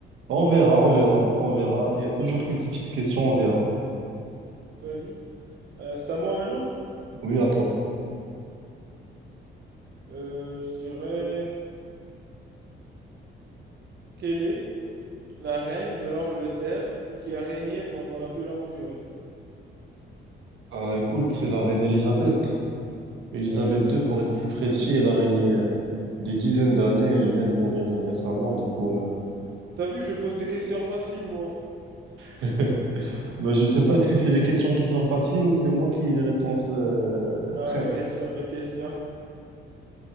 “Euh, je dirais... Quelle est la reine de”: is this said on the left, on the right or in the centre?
Right